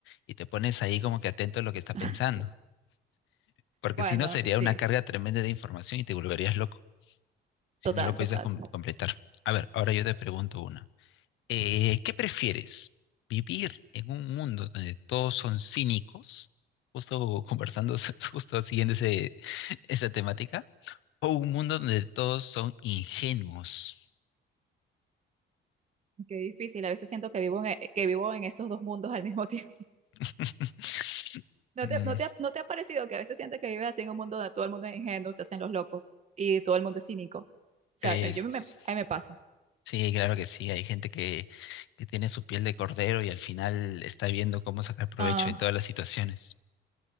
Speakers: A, on the left (about 80°); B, on the right (about 35°).
A: y te pones ahí como que atento a lo que está
B: <laughs>
A: pensando, porque
B: Bueno,
A: si no sería
B: sí.
A: una carga tremenda de información y te volverías loco, si
B: Total,
A: no lo pudieses
B: total.
A: com- completar. A ver, ahora yo te pregunto una. Eh, ¿qué prefieres? ¿Vivir en un mundo donde todos son cínicos? Justo conversando, <laughs> justo siguiendo ese, esa temática. ¿O un mundo donde todos son ingenuos?
B: Qué difícil. A veces siento que vivo en, eh, que vivo en esos dos mundos al mismo tiempo.
A: <laughs>
B: <laughs> ¿No
A: Mm,
B: te, no te, ha- no te ha parecido que a veces sientes que vives así en un mundo donde todo el mundo es ingenuo, se hacen los locos y todo el mundo es cínico? O sea,
A: es-
B: me- yo me, a mí me pasa.
A: sí, claro que sí. Hay gente que, que tiene su piel de cordero y al final está viendo cómo sacar provecho
B: Ah,
A: de todas las situaciones,